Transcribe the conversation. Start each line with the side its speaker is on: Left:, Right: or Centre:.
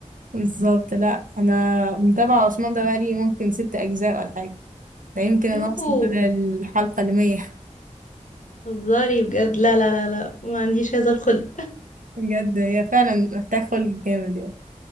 Right: بالظبط لا انا متابعة عثمان ده بقالي ممكن ست اجزاء ولا حاجة ده يمكن انا
Left: يوهو
Right: اوصل على الحلقة المية <laughs>
Left: هزاري بجد لا لا لا لا ما عنديش هذا الخلق
Right: بجد هي فعلا محتاج خلق جامد يعني